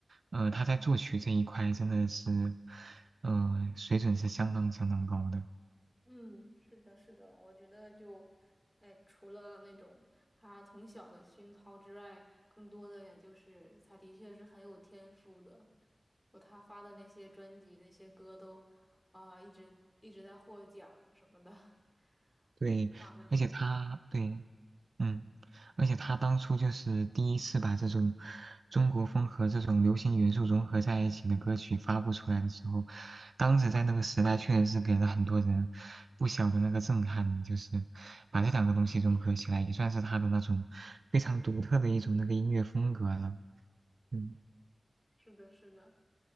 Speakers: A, on the right; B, in the centre.
A: 呃，他在作曲这一块真的是，呃，水准是相当相当高的。
B: 嗯，是的，是的，我觉得就，哎，除了那种他从小的熏陶之外，更多的也就是他的确是很有天赋的。我他发的那些专辑、那些歌都啊、一直一直在获奖什么的，<laughs>
A: 对，
B: 非常的厉害。
A: 而且他对嗯，而且他当初就是第一次把这种中国风和这种流行元素融合在一起的歌曲发布出来的时候，当时在那个时代确实是给了很多人不小的那个震撼，就是把这两个东西融合起来，也算是他的那种非常独特的一种那个音乐风格了。嗯
B: 是的，是的。